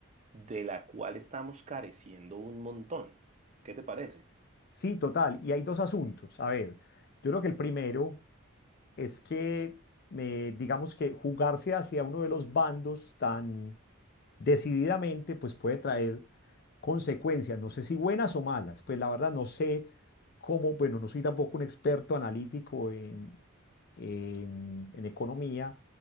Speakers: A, on the right (about 30°); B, on the left (about 45°).
A: de la cual estamos careciendo un montón. ¿Qué te parece?
B: Sí, total. Y hay dos asuntos. A ver, yo creo que el primero es que, eh, digamos que jugarse hacia uno de los bandos tan decididamente, pues puede traer consecuencias, no sé si buenas o malas, pues la verdad no sé cómo, bueno, no soy tampoco un experto analítico en, en, en economía,